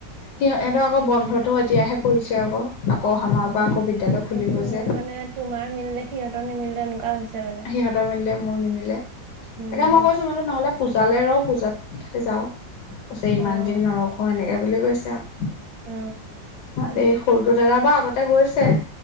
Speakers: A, on the left (about 70°); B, on the right (about 80°).
A: সিহতৰ আকৌ বন্ধতো এতিয়াহে পৰিছে আকৌ। আকৌ অহা মাহৰ
B: অ
A: পৰা
B: সেইটো
A: আকৌ বিদ্যালয় খুলিব যে।
B: হয় মানে তোমাৰ মিলিলে। সিহঁতৰ নিমিলে এনেকুৱা হৈছে মানে।
A: সিহঁতৰ মিলিলে মোৰ নিমিলে তাকে
B: উম,
A: মই কৈছো মো নহলে পূজালৈ ৰওঁ পূজাতহে যাও। কৈছে ইমান
B: অ',
A: দিন নৰখোওঁ এনেকৈ বুলি কৈছে আৰু।
B: অ।
A: দেই সৰুটো দাদা বা আগতে গৈছে।